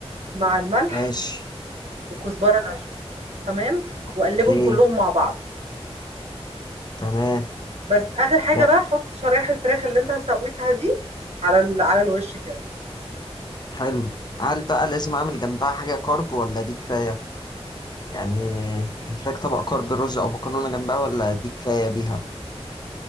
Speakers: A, on the right (about 80°); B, on the left (about 40°).
A: مع الملح
B: ماشي
A: وكزبرة ناشفة تمام وقلبهم
B: اوكي
A: كلهم مع بعض
B: تمام
A: بس اخر حاجة
B: لا
A: بقى حط شرايح الفراخ اللي انت سويتها دي على ال- على الوش كده
B: حلو هل بقى لازم اعمل جنبها حاجة كارب ولا دي كفاية يعني محتاج طبق كارب رز او مكرونة جنبها ولا دي كفاية بيها